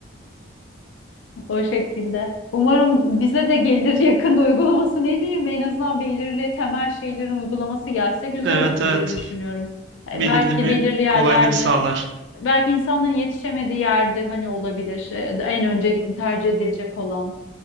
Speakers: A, on the left (about 80°); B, on the right (about 65°).
A: <laughs> O şekilde. Umarım bize de gelir yakında uygulaması ne diyeyim? En azından belirli temel şeylerin uygulaması gelse güzel
B: Evet
A: olur
B: evet.
A: diye düşünüyorum. E,
B: Belirli
A: Belki
B: bir
A: belirli yerlerde,
B: kolaylık sağlar.
A: belki insanların yetişemediği yerde hani olabilir. E, En öncelikli tercih edilecek olan.